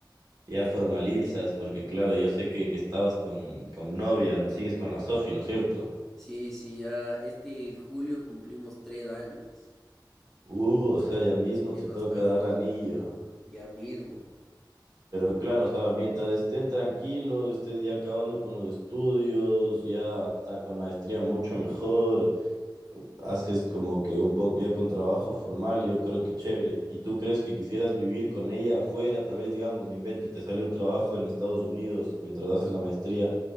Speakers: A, on the right; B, in the centre.
A: ya formalizas, porque claro, yo sé que, que estabas con, con novia, ¿no? sigues con la Sofi, ¿no es cierto?
B: Sí, sí, ya este julio cumplimos tres años.
A: Uh, o sea, ya mismo
B: Y
A: te
B: es
A: toca
B: bastante.
A: dar anillo.
B: Ya mismo.
A: Pero claro, o sea, mientras estén tranquilos, estés ya acabando con los estudios, ya hasta con maestría mucho mejor. haces como que un poco ya con trabajo formal, yo creo que chévere. ¿Y tú crees que quisieras vivir con ella afuera? Tal vez, digamos, me invento, te sale un trabajo en Estados Unidos mientras haces la maestría,